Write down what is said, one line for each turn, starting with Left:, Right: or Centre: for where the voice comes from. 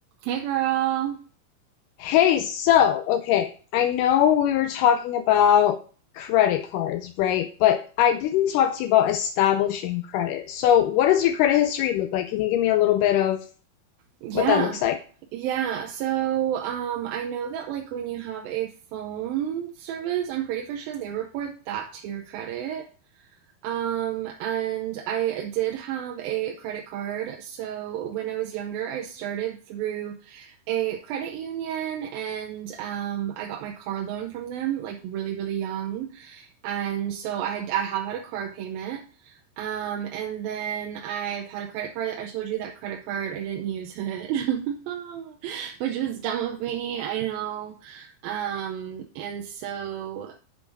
Right: Hey, girl.
Left: Hey, so, okay, I know we were talking about credit cards, right? But I didn't talk to you about establishing credit. So, what does your credit history look like? Can you give me a little bit of
Right: Yeah,
Left: what that looks like?
Right: yeah. So, um, I know that like when you have a phone service, I'm pretty for sure they report that to your credit. Um, and I did have a credit card. So when I was younger, I started through a credit union and um, I got my car loan from them like really, really young. and so I I have had a car payment. Um, and then I've had a credit card. I told you that credit card, I didn't use it, <laughs> which was dumb of me, I know. Um, and so